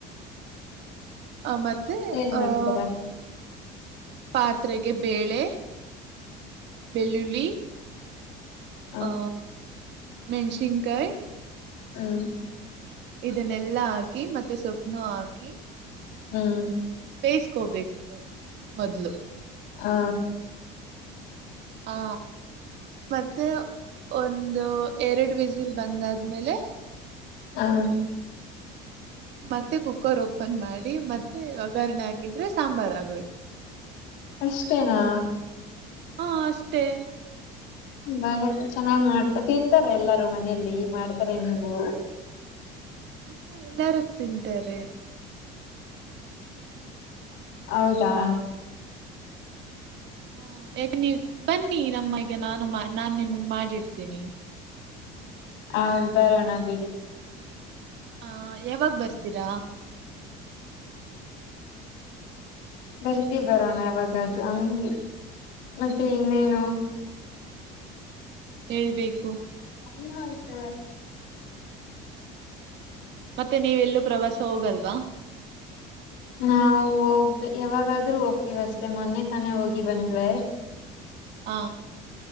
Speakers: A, on the right; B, on the left.
A: ಆ ಮತ್ತೆ
B: ಏನ್
A: ಆಹ
B: ಮಾಡ್ತಾರ
A: ಪಾತ್ರೆಗೆ ಬೇಳೆ ಬೆಳ್ಳುಳ್ಳಿ
B: ಹ
A: ಆ ಮೆಣಸಿನ್ಕಾಯ್
B: ಹ್ಮ್
A: ಇದನ್ನೆಲ್ಲಾ ಹಾಕಿ ಮತ್ತೆ ಸೊಪ್ಪನು ಹಾಕಿ
B: ಹ್ಮ್
A: ಬೇಯಿಸ್ಕೋಬೇಕು ಫಸ್ಟ್ ಮೊದ್ಲು
B: ಹ
A: ಹಾ ಮತ್ತೆ ಒಂದು ಎರಡು ವಿಸಿಲ್ ಬಂದಾದ್ಮೇಲೆ
B: ಹ್ಮ
A: ಮತ್ತೆ ಕುಕ್ಕರ್ ಓಪನ್ ಮಾಡಿ ಮತ್ತೆ ಒಗಾರ್ರಣೆ ಹಾಕಿದ್ರೆ ಸಾಂಬಾರ್ ಆಗೋಯ್ತು
B: ಅಷ್ಟೇನಾ
A: ಹಾ ಅಷ್ಟೇ
B: ಬಳೆ ಚೆನ್ನಾಗ್ ಮಾಡ್ತ ತಿಂತಾರೆ ಎಲ್ಲಾರೂ ಮನೇೆಯಲ್ಲಿ ಮಾಡ್ತಾರೆ ನೀವು
A: ಹಾ ಎಲ್ಲಾರು ತಿಂತಾರೆ
B: ಹೌದಾ
A: ಹ್ಮ ಯಾಕ ನೀವ್ ಬನ್ನಿ ನಮ್ಮಗೆ ನಾನು ನಾನ್ ನಿಮಗ್ ಮಾಡಿಡ್ತೀನಿ
B: ಹ ಬರೋಣ ಬಿಡಿ
A: ಹ ಯಾವಾಗ ಬರ್ತೀರಾ
B: ಬರ್ತಿ ಬರೋಣ ಯಾವಾಗದುೂ ಹಂಗೆ ಮತ್ತೆ ಇನ್ನೇನು
A: ಹೇಬೇಕು
B: ಹಏನ್ ಆಯ್ತ
A: ಮತ್ತೆ ನೀವೆಲ್ಲೂ ಪ್ರವಾಸ ಹೋಗಲ್ವಾ
B: ನಾವು ಹೋಗ್ ಯಾವಾಗಾದ್ರೂ ಹೋಗ್ತಿೀವಿ ಅಷ್ಟೇ ಮೊನ್ನೆ ತಾನೇ ಹೋಗಿ ಬಂದ್ವೆ
A: ಹ